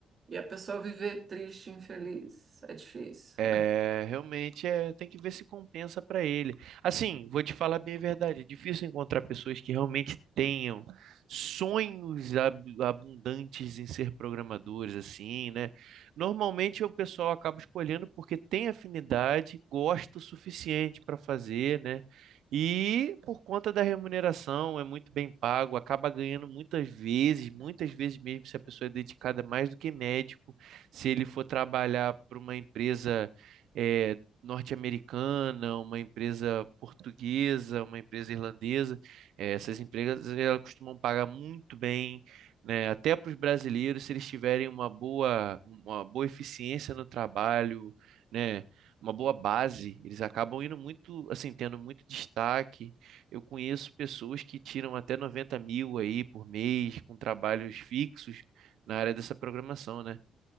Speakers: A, on the right (about 50°); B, on the right (about 75°).
A: e a pessoa viver triste, infeliz, é difícil.
B: É, realmente é, tem que ver se compensa para ele. Assim, vou te falar bem a verdade, é difícil encontrar pessoas que realmente tenham sonhos ab- abundantes em ser programadores assim, né? Normalmente o pessoal acaba escolhendo porque tem afinidade, gosta o suficiente para fazer, né? E por conta da remuneração, é muito bem pago, acaba ganhando muitas vezes, muitas vezes mesmo se a pessoa é dedicada mais do que médico, se ele for trabalhar para uma empresa eh, norte-americana, uma empresa portuguesa, uma empresa irlandesa. Eh, essas empresas elas costumam pagar muito bem, né? Até para os brasileiros, se eles tiverem uma boa, uma boa eficiência no trabalho, né? Uma boa base, eles acabam indo muito, assim, tendo muito destaque. Eu conheço pessoas que tiram até 90 mil aí por mês com trabalhos fixos na área dessa programação, né?